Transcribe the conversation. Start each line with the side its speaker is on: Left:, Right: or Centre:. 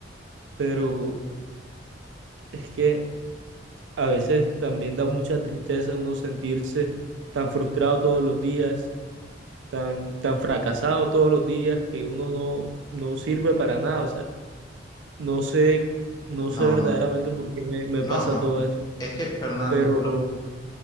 Right: Pero es que a veces también da mucha tristeza uno sentirse tan frustrado todos los días, tan, tan fracasado todos los días, que uno no, no sirve para nada. O sea, no sé, no
Left: No,
Right: sé verdaderamente
Left: no,
Right: por qué me me
Left: no,
Right: pasa
Left: no.
Right: todo eso
Left: Es que, Fernando,
Right: pero
Left: lo,